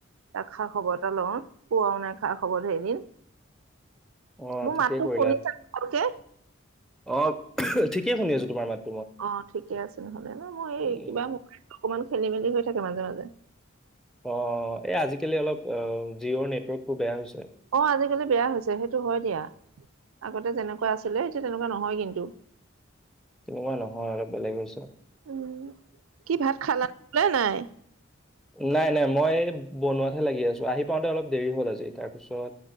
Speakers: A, on the right; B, in the centre.
A: এটা খা- খবৰ এটা লওঁ পোৱাও নাই খা -খবৰ ধেইদিন।
B: অ
A: মোৰ
B: ঠিকেই
A: মাতটো
B: কৰিলা
A: শুনিছানে ভালকে?
B: অ', ঠিকে শুনি আছো তোমাৰ মাত।
A: অ', ঠিকে আছে নহ'লে ন, মই
B: উম,
A: এই কিবা মবাইলটো অকমান খেলি-মেলি হৈ থাকে মাজে মাজে।
B: অ', এই আজিকালি অলপ অ', জিঅ'ৰ নেটৱৰ্কটো বেয়া হৈছে।
A: অ আজিকালি বেয়া হৈছে সেইটো হয় দিয়া। আগতে যেনেকুৱা আছিলে এতিয়া তেনেকুৱা নহয় কিন্তু।
B: তেনেকুৱা নহয় অলপ বেলেগ হৈছে।
A: উম কি ভাত খালা নে নাই
B: নাই নাই, মই বনোৱাতহে লাগি আছো। আহি পাওঁতে অলপ দেৰি হ'ল আজি, তাৰপিছত